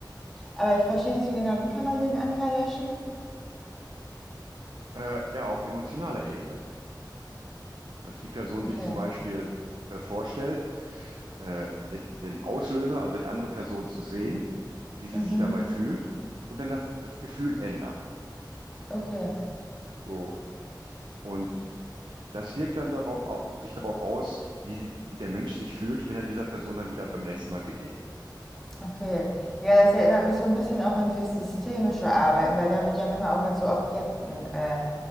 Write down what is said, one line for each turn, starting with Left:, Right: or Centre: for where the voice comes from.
Centre: Aber ich verstehe nicht so genau, wie kann man den Anker löschen?
Right: Äh, ja, auf emotionaler Ebene, dass die Person
Centre: Okay.
Right: sich zum Beispiel äh, vorstellt, äh, den, den Auslöser, also die andere Person zu sehen, wie sie
Centre: Mhm.
Right: sich dabei fühlt und dann das, das Gefühl ändern.
Centre: Okay.
Right: So, und das wirkt dann darauf, au- sich darauf aus, wie sie, wie der Mensch sich fühlt, wenn er dieser Person dann wieder beim nächsten Mal begegnet.
Centre: Okay. Ja, das erinnert mich so ein bisschen auch an dieses systemische Arbeiten, weil da wird ja manchmal auch mit so Objekten äh,